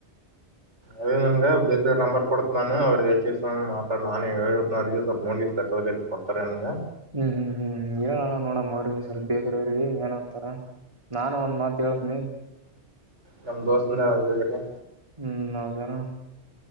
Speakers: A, on the right; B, on the right.
A: ಅದೇ ನನಗೆ ಬೇಕ್ರ ನಂಬರ್ ಕೊಡ್ತ ನು ಅವ್ರಿಗೆ ಹಲ್ಲಿಚೇ ನಾನ ಮಾಾಡ ನಾನು ಹೇಳಳ್ತನ ಅವರಿಗೆಿಗೆ ಸ್ಲ್ಪ ನೋಡಿೀಸ್ ತಕ್ಕದಚ್ಚ ಕೊಡ್ತಾರೆ ನನಗೆ
B: ಹ್ಮ್ ಹ್ಮ್ ಹ್ಮ್ ಹೇಳಣ ನೋಡಮ್ಮ ಅವ್ರ ಸ್ವಲ್ಪ ಬೇಕ್ರ ಅವ್ರಿಗೆ ಏನ ಅಂತಾರ ನಾನು ಒಂದ್ ಮಾತ್ ಹೇಳ್ತನಿ
A: ನಮ ದೋಸ್ತಂದಗ್ರೀ
B: ಹ್ಮ್ ನೌಕಾರ